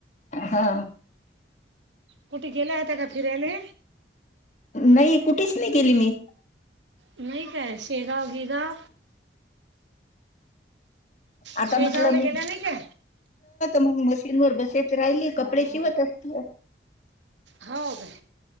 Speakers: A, on the left; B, on the right.
A: हा.
B: कुठे गेल्या होता का फिरायले?
A: नाही कुठेच नाही गेली मी.
B: नाही काय शेरा <unintelligible>
A: आता
B: शेगावला
A: म्हटलं मी
B: गेल्या नाही काय
A: मग मशीन वर बसच राहिली कपडे शिवत असत.
B: हो काय